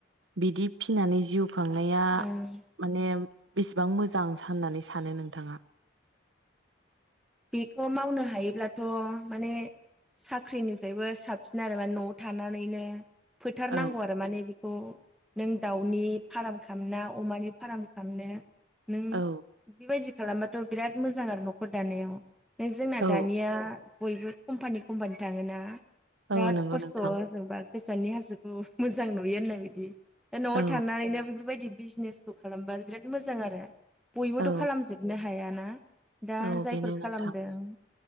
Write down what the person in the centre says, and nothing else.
ओं
बिखौ मावनो हायोब्लाथ' माने साख्रिनिफ्रायबो साबसिन आरो माने न'आव थानानैनो फोथारनांगौ
आरो माने बे खौ नों दाउनि फाराम खालामना अमानि फाराम खामनो नों
बेबायदि खालामबाथ' बिराद मोजां आरो न'खर दानायाव। ने जोंना
दानिया बयबो कम्पानि कम्पानि थाङो ना। बिराद
खस्थ'
ओजोंबा गोजाननि हाजोखौ मोजां नुयो होननाय बायदि। ओ न'आव
थानानैनो बैफोरबायदि बिजनेसखौ खालामबा बिराद मोजां आरो। बयबोथ'
खालामजोब बुनो हायाना दा
जाय
ओं